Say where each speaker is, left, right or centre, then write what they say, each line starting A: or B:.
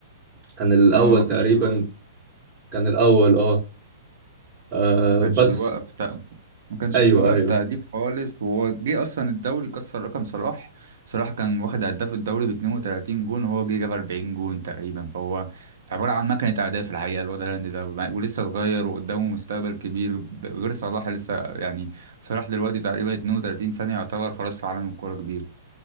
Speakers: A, on the right (about 35°); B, on the right (about 70°).
A: كان الاول
B: هو ما
A: تقريبا
B: كانش بيوقف
A: كان الاول اه آه،
B: ما كانش
A: بس
B: بيوقف تق- ما كانش
A: ايوه
B: بيوقف
A: ايوه
B: تهديف خالص وهو جه أصلا الدوري كسر رقم صلاح صلاح كان واخد هداف الدوري ب 32 جون وهو جه جاب 40 جون تقريبا فهو عبارة عن مكنة أهداف الحقيقة الواد هالاند ده ولسه صغير وقدامه مستقبل كبير ب- غير صلاح لسه يعني صلاح دلوقتي تقريبا 32 سنة يعتبر خلاص في عالم الكورة كبير